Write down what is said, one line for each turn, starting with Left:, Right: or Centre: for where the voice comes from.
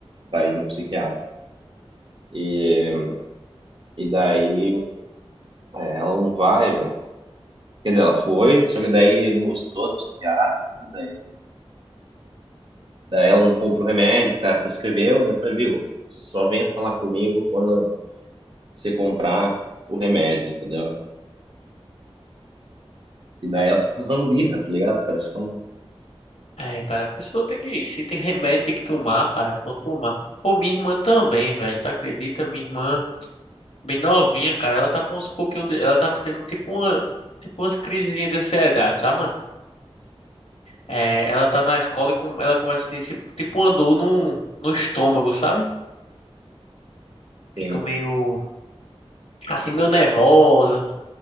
Right: pra ir no psiquiatra. E, e daí é, ela não vai, mano. Quer dizer, ela foi, só que daí não gostou do psiquiatra, daí, daí ela não compra o remédio, o cara prescreveu, daí foi, viu, só venha falar comigo quando você comprar o remédio, entendeu? E daí ela fica fazendo birra, tá ligado? Parece que
Left: É, cara, a pessoa tem que ir. Se tem remédio, tem que tomar, cara. Vamos tomar. Pô, minha irmã também, velho. Tá acredita? Minha irmã, bem novinha, cara. Ela tá com uns pouquinho de... Ela tá tendo tipo uma. Tipo umas crisezinhas de ansiedade, sabe, mano? É, ela tá na escola e com... ela começa a ter tipo, tipo um andor no... no estômago, sabe? Fica
Right: Sim.
Left: meio assim, meio nervosa.